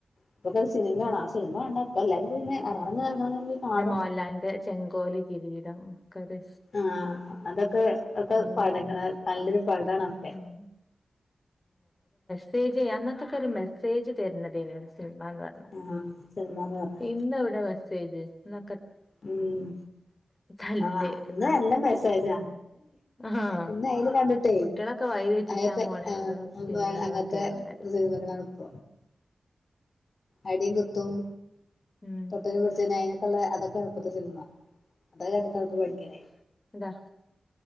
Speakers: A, on the left (about 65°); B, on the left (about 35°).
A: ഇപ്പൊക്കെ സിനിമണ ആ സിനിമ കണ്ട ഇപ്പ എല്ലാരും പിനെ <unintelligible>
B: ഉം
A: പോയി കാടും
B: പിന്നെ മോഹൻലാലിന്റെ ചെങ്കോല് കിരീടം ഒക്കെ ഒരു
A: ആഹ് അതൊക്കെ ഒക്കെ
B: പഴേ
A: പടങ്ങളാ നല്ലൊരു പഴ്താണ ഒക്കെ
B: ഉം സേജ് അന്നത്തക്കെ ഒരു മെസ്സേജ് തരുന്നതിന് <unintelligible>
A: ആഹ് സിനിമാന്ന് പറഞ്ഞാല്
B: ഇന്ന് എവിടെ മെസ്സേജ് ന്
A: ഉം
B: തല്ല്
A: ആ അന്ന് എല്ലാം മെസേജാ
B: ആഹ്
A: ഇന്ന് അയിൽ കണ്ടിട്ടേ
B: കുട്ടികളൊക്കെ വഴി തെറ്റിച്ചാൻ
A: അത്തെ
B: പോണ
A: ആ
B: ഓരോ സിനിമകളൊക്കെ
A: അങ്ങത്തെ
B: ഇറങ്ങല്
A: സേജ്കങ്ങളാണ്ണ്പ്പ അടിം കുത്തും
B: ഉം
A: തൊട്ടേനും പുട്ച്ചേനും അയിന് കെള്ളെ അതൊക്കേണ് ഇപ്പത്തെ സിൽമ അതൊക്കെ കണ്ടിട്ടാണിപ്പ പടിക്ക്ണേ
B: ഇതാ